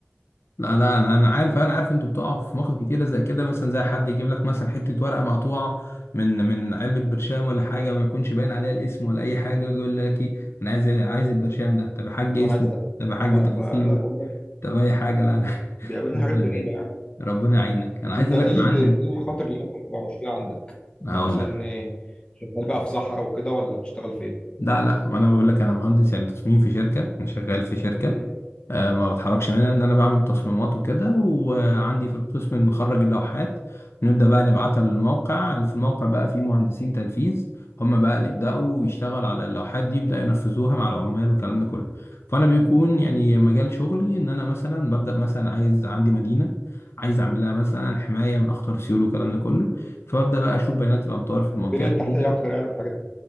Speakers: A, on the left; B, on the left.
A: لا لا انا انا عارف انا عارف انتوا بتقعوا في مواقف كتيره زي كده مثلا زي حد يجيب لك مثلا حته ورقه مقطوعه من من علبه برشام ولا حاجه ما يكونش باين عليها الاسم ولا اي حاجه يجي يقول لك ايه انا عايز عايز البرشام ده طب يا حاج
B: يقول
A: اسمه
B: لي انا عايز ده
A: طب يا حاج
B: اه
A: تفاصيله
B: فلا بقول لك
A: طب اي حاجه لا
B: بيقابلنا
A: لا
B: حاجات غريبه يعني
A: <laughs> ربنا يعينك انا عايز
B: انت
A: اقول
B: ايه
A: لك أنا
B: ال-
A: عني
B: ايه المخاطر اللي ممكن تبقى مشكله عندك
A: هقول
B: يعني مثلا
A: لك
B: إيه، شغال بقى في صحراء وكده ولا بتشتغل
A: لا لا انا بقول لك انا مهندس يعني تصميم في شركه انا شغال في شركه
B: فين؟
A: آه، ما بتحركش منها ان انا بعمل تصميمات وكده وعندي في القسم نخرج اللوحات ونبدا بقى نبعتها للموقع اللي في الموقع بقى فيه مهندسين تنفيذ هم بقى اللي يبداوا يشتغلوا على اللوحات دي يبداوا ينفذوها مع العمال والكلام ده كله فانا بيكون يعني مجال شغلي ان انا مثلا ببدا مثلا عايز عندي مدينه عايز اعملها مثلا حمايه من اخطار سيول والكلام ده كله فببدا بقى اشوف بيانات الامطار في المنطقه
B: البنيه
A: دي
B: التحتيه اكتر يعني والحاجات دي